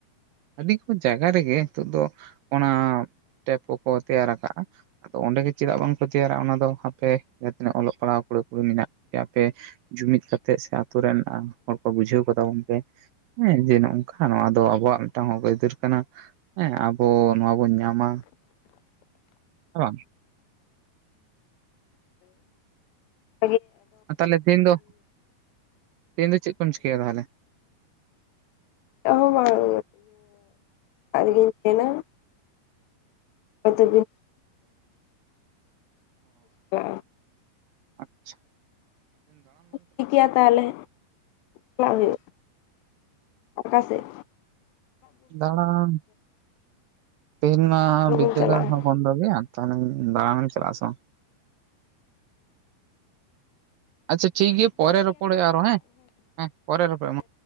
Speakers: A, on the right (about 75°); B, on the left (about 85°).
A: ᱟᱹᱰᱤ ᱠᱚ ᱡᱟᱭᱜᱟ ᱨᱮᱜᱮ ᱱᱤᱛᱚᱜ ᱫᱚ ᱚᱱᱟᱻ ᱴᱮᱯ ᱠᱚᱠᱚ ᱛᱮᱭᱟᱨ ᱟᱠᱟᱟᱜᱼᱟ ᱟᱫᱚ ᱚᱸᱰᱮᱜ ᱪᱮᱫᱟᱜ ᱵᱟᱝᱠᱚ ᱛᱮᱭᱟᱨᱟ ᱚᱱᱟ ᱫᱚ ᱦᱟᱯᱮ ᱡᱟᱦᱟᱸ ᱛᱤᱱᱟᱹᱜ ᱚᱞᱚᱜ ᱯᱟᱲᱦᱟᱣ ᱠᱚᱲᱟ ᱠᱩᱲᱤ ᱢᱮᱱᱟᱜ ᱯᱮᱭᱟ ᱟᱯᱮ ᱡᱩᱢᱤᱫ ᱠᱟᱛᱮ ᱥᱮ ᱟᱹᱛᱩ ᱨᱮᱱ ᱦᱚᱲ ᱠᱚ ᱵᱩᱡᱷᱟᱹᱣ ᱠᱟᱛᱟᱵᱚᱱ ᱯᱮ ᱦᱮᱸ ᱡᱮ ᱱᱚᱜ ᱱᱚᱝᱠᱟ᱾ ᱱᱚᱣᱟ ᱫᱚ ᱟᱵᱚᱣᱟᱜ ᱢᱤᱫᱴᱟᱝ ᱦᱚᱸᱜ ᱟᱹᱭᱫᱟᱹᱨ ᱠᱟᱱᱟ ᱦᱮᱸ ᱟᱵᱚ ᱱᱚᱣᱟ ᱵᱚᱱ ᱧᱟᱢᱟ᱾ ᱦᱮᱵᱟᱝ
B: ᱦᱩᱻ
A: ᱛᱟᱦᱚᱞᱮ ᱛᱮᱦᱮᱧ ᱫᱚ ᱛᱮᱦᱮᱧ ᱫᱚ ᱪᱮᱫ ᱠᱚᱢ ᱪᱤᱠᱟᱭᱟ ᱛᱟᱦᱚᱞᱮ
B: ᱪᱮᱜᱦᱚᱸ ᱵᱟᱝ ᱟᱜᱮᱧ ᱮᱱᱟ <unintelligible> ᱟᱫᱚ ᱵᱤᱱ ᱟᱪᱷᱟ
A: ᱟᱪᱷᱟ
B: ᱴᱷᱤᱠ ᱜᱮᱭᱟ ᱛᱟᱦᱚᱞᱮ ᱪᱟᱞᱟᱜ ᱦᱩᱭᱩᱜᱼᱟ᱾ ᱚᱠᱟ ᱥᱮᱜ
A: ᱫᱟᱬᱟᱱ ᱛᱮᱦᱮᱧ ᱢᱟ
B: ᱦᱚᱲ
A: ᱵᱤᱫᱟᱹᱜᱟᱲ
B: ᱵᱚᱱ ᱪᱟᱞᱟᱜᱼᱟ
A: ᱦᱚᱸ ᱵᱚᱱ ᱜᱮ᱾ ᱛᱟᱦᱮᱱᱮᱧ ᱫᱟᱬᱟᱱᱮᱢ ᱪᱟᱞᱟᱜᱼᱟ ᱥᱮ ᱵᱟᱝ? ᱟᱪᱷᱟ ᱴᱷᱤᱠ ᱜᱮᱭᱟ ᱯᱚᱨᱮ ᱨᱚᱯᱚᱲᱚᱜᱼᱟ ᱟᱨᱚ ᱦᱮᱸ ᱦᱮᱸ ᱯᱚᱨᱮ ᱨᱚᱯᱚᱲ ᱢᱟ᱾